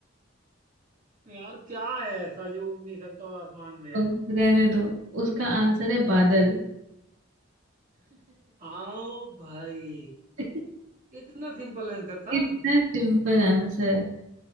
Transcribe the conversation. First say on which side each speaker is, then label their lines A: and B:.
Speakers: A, on the right; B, on the right.
A: यार क्या है ऐसा जो उड़ नहीं सकता और आसमान में है
B: तो रहने दो उसका आंसर है बादल
A: आओ भाई
B: <laughs>
A: इतना सिंपल आंसर था
B: इतना सिंपल आंसर